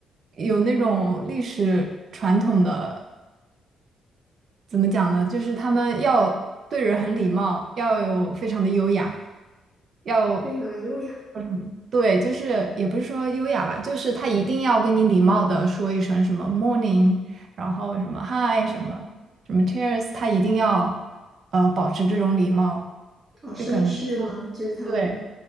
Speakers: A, on the right; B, on the right.
A: 有那种历史传统的怎么讲呢？就是他们要对人很礼貌，要有非常的优雅，要
B: 非常的优雅
A: 叫什么？对，就是也不是说优雅吧，就是他一定要跟你礼貌的说一声什么 morning，然后什么 hi，什么什么 cheers，他一定要呃保持这种礼貌。
B: 哦，绅士吗？
A: 这可能是他们对，
B: 就是他们